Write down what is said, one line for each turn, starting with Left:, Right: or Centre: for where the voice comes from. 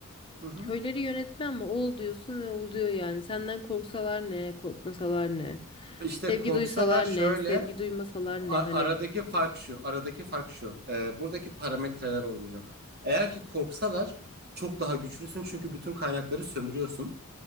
Right: Hı hı.
Left: Köyleri yönetme ama ol diyorsun ve oluyor yani. Senden korksalar ne, korkmasalar ne.
Right: İşte
Left: Sevgi
Right: korksalar
Left: duysalar
Right: şöyle
Left: ne, sevgi duymasalar ne
Right: a-
Left: hani.
Right: aradaki fark şu aradaki fark şu Ee, buradaki parametreler oynuyor. Eğer ki korksalar çok daha güçlüsün çünkü bütün kaynakları sömürüyorsun.